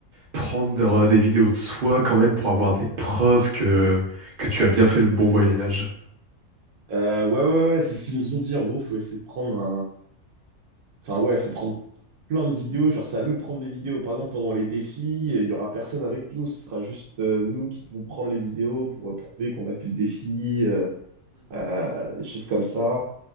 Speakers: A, on the right; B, on the right.
A: prendre euh, des vidéos de soi quand même pour avoir des preuves que, que tu as bien fait le bon voyage?
B: Euh, ouais, ouais, ouais, c'est ce qu'ils nous ont dit. En gros, faut essayer de prendre Enfin, ouais, faut prendre plein de vidéos. Genre, c'est à nous de prendre des vidéos. Par exemple, pendant les défis, euh, il y aura personne avec nous. Ce sera juste euh, nous qui devons prendre les vidéos pour euh, prouver qu'on a fait le défi, euh, euh, des choses comme ça.